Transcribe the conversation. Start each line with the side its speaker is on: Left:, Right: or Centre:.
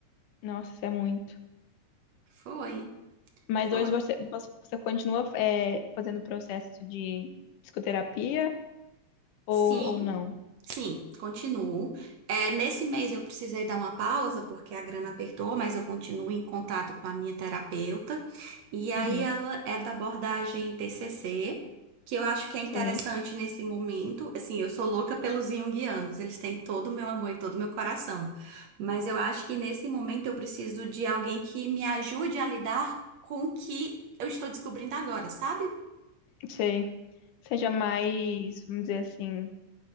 Left: Nossa, isso é muito.
Right: Foi,
Left: Mas
Right: foi.
Left: hoje você, você você continua é, fazendo o processo de psicoterapia ou,
Right: Sim,
Left: ou não?
Right: Sim, continuo. É, nesse mês eu precisei dar uma pausa porque a grana apertou, mas eu continuo em contato com a minha terapeuta. E aí
Left: Uhum,
Right: ela é da abordagem TCC, que eu acho que é interessante
Left: sim.
Right: nesse momento. Assim, eu sou louca pelos junguianos, eles têm todo o meu amor e todo o meu coração. Mas eu acho que nesse momento eu preciso de alguém que me ajude a lidar com o que eu estou descobrindo agora, sabe?
Left: sei. Seja mais, vamos dizer assim,